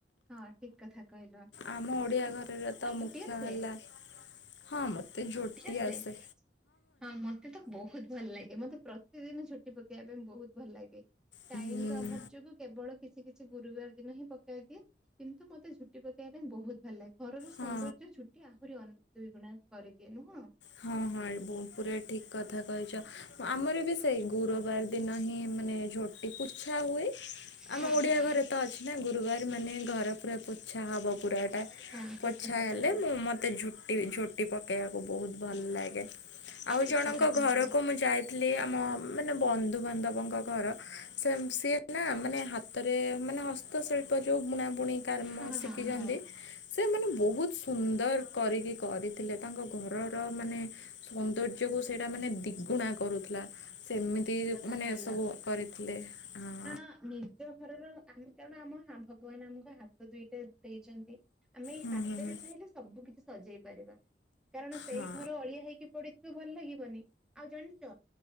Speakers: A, in the centre; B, on the left.
A: ହଁ। ଠିକ କଥା କହିଲ
B: ଆମ ଓଡ଼ିଆ
A: <unintelligible>
B: ଘରର ତ ମୁଖ୍ୟ ହେଲା ହଁ ମୋତେ ଝୋଟି
A: <unintelligible>
B: ଆସେ
A: ହଁ ମତେ ତ ବହୁତ ଭଲ ଲାଗେ ମତେ ପ୍ରତିଦିନ ଛୁଟି ପକେଇବା ପାଇଁ ବହୁତ ଭଲ ଲାଗେ
B: ହୁଁ
A: ଟାଇମ ର ଅଭାବ ଯୋଗୁ କେବଳ କିଛି କିଛି ଗୁରୁବାର ଦିନ ହିଁ ପକାଇ ଦିଏ। କିନ୍ତୁ ମୋତେ ଝୋଟି ପକେଇବା ପାଇଁ ବହୁତ ଭଲ ଲାଗେ ଘରର ସୌନ୍ଦର୍ଯ୍ୟ
B: ହଁ
A: ଝୋଟି ଆହୁରି ଦୁଇଗୁଣା କରିଦିଏ ନୁହଁ।
B: ହଁ <unintelligible> ଠିକ କଥା କହିଛ। ଆମର ବି ସେଇ ଗୁରୁବାର ଦିନ ହିଁ ମାନେ ଝୋ ଟି ପୁଛା ହୁଏ।
A: ହଁ
B: ଆମ ଓଡିଆ
A: ହଁ
B: ଘରେ ତ ଅଛି ନା ଗୁରୁବାର ମାନେ ଘରେ ପୁରା ପୋଛା ହବ ପୁରା।
A: ହଁ ଠିକ
B: ପୋଛା
A: କଥା
B: ହେଲେ
A: କହିଲ
B: ମୁଁ ମତେ <unintelligible> ଭଲ ଲାଗେ ଆଉ
A: ଠିକ
B: ଜଣଙ୍କ
A: କଥା କହିଲ।
B: ଘରକୁ ମୁଁ ଯାଇ ଥିଲେ ଆମ ମାନେ ବନ୍ଧୁବାନ୍ଧବଙ୍କ ଘର <unintelligible>
A: ହଁ
B: ନା ମାନେ ହାତରେ ମାନେ ହସ୍ତଶିଳ୍ପ ଯୋଉ ବୁଣା ବୁଣି କାମ
A: ହଁ
B: ଶିଖିଛନ୍ତି।
A: ହଁ
B: ସେମାନେ ବହୁତ ସୁନ୍ଦର କରିକି କରିଥିଲେ ତାଙ୍କ ଘ ଘ ର ମାନେ ସୌନ୍ଦର୍ଯ୍ୟ କୁ ସେଇଟା ମାନେ ଦ୍ୱିଗୁଣା କରୁଥିଲା। ସେମିତି
A: ଠିକ କଥା
B: ମାନେ
A: କହିଲ।
B: ସବୁ କରିଥିଲେ ହଁ।
A: କାରଣ <unintelligible> ଆମ ହାତ ଦୁଇଟା ଦେଇଛନ୍ତି ଆମେ ଏଇ
B: ହୁଁ
A: ହାତରେ
B: ହୁଁ ହୁଁ।
A: ଚାହିଁଲେ ସବୁ କିଛି ସଜେଇ ପାରିବା। କାରଣ ସେଇ
B: ହଁ
A: ଘର ଅଳିଆ ହେଇକି ପଡିଥିବ ଭଲ ଲାଗିବନି, ଆଉ ଜାଣିଛ